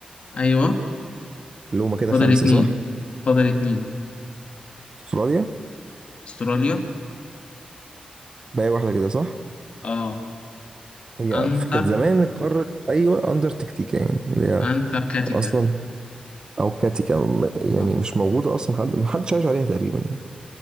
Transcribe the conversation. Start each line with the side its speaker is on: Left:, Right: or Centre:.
Left: أيوه
Right: اللي هما كده
Left: فاضل
Right: خمسه
Left: اتنين
Right: صح
Left: فاضل اتنين
Right: استراليا
Left: أستراليا
Right: باقي واحده كده صح
Left: آه
Right: هي
Left: أنتر
Right: في- كانت زمان قارة أيوة أندرتكتيكا يعني اللي هي
Left: أنتاركتيكا
Right: أصلا أو كاتيكا م- يعني
Left: آه.
Right: مش موجودة أصلا حد محدش عايش عليها تقريبا يعني